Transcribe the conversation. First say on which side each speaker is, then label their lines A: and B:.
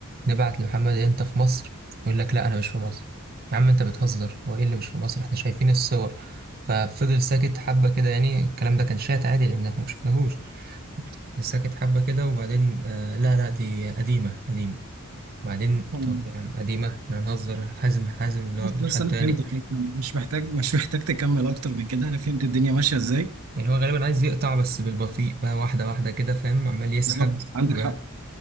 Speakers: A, on the right; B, on the right.
A: نبعت لمحمد إيه انت في مصر يقول لك لا انا مش في مصر يا عم انت بتهزر هو ايه اللي مش في مصر احنا شايفين الصور ففضل ساكت حبة كده يعني الكلام ده كان شات عادي لان احنا مشفناهوش ساكت حبة كده وبعدين آه لا لا دي قديمة قديمة بعدين
B: مم.
A: طب يا عم قديمة احنا هنهزر حازم حازم اللي
B: بس
A: هو ابن
B: بس
A: خالته
B: انا
A: يعني
B: فهمتك انت مش محتاج مش محتاج تكمل اكتر من كده انا فهمت الدنيا ماشيه ازاي
A: يعني هو غالبا عايز يقطع بس بالبطيء بقى واحدة واحدة كده فاهم عمال يسحب
B: بالظبط عندك
A: بقى
B: حق